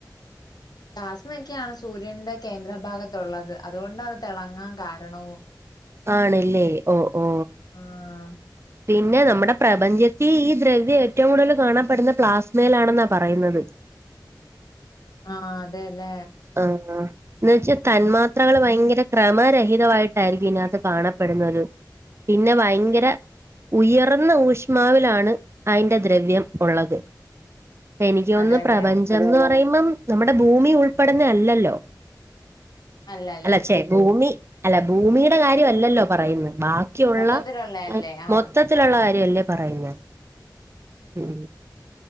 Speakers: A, on the left; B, on the right.
A: പ്ലാസ്മക്ക് ആണ് സൂര്യന്റെ കേന്ദ്രഭാഗത്തുള്ളത്, അത് കൊണ്ട് അത് തിളങ്ങാൻ കാരണവും.
B: ആണല്ലേ ഓ ഓ.
A: ആഹ്
B: പിന്നെ നമ്മുടെ പ്രപഞ്ചത്തിൽ ഈ ദ്രവ്യം ഏറ്റവും കൂടുതൽ കാണപ്പെടുന്ന പ്ലാസ്മയിലാണെന്ന പറയുന്നത്.
A: ആഹ് അതെല്ലേ.
B: ആഹ് ആഹ് എന്ന്‌ വെച്ചാൽ തന്മാത്രകൾ ഭയങ്കര ക്രമരെഹിതമായിട്ടായിരിക്കും ഇതിനകത്ത് കാണപ്പെടുന്നത്. പിന്നെ ഭയങ്കര. ഉയർന്ന ഊഷ്മാവിലാണ് അതിന്റെ ദ്രവ്യം ഉള്ളത്. എനിക്ക് തോന്നു
A: അതെല്ലേ
B: പ്രപഞ്ചം എന്ന് പറയുമ്പം നമ്മുടെ ഭൂമി ഉൾ ഉൾപ്പെടുന്നല്ലല്ലോ
A: അല്ലല്ല
B: അല്ല ചേ. ഭൂമി അല്ല ഭൂമിയുടെ കാര്യാലല്ലോ പറയുന്നേ ബാക്കിയുള്ള
A: മൊത്തത്തിലുള്ളയല്ലേ
B: മൊത്ത
A: ആഹ്
B: മൊത്തത്തിലുള്ള കാര്യല്ലേ പറയുന്നേ ഉം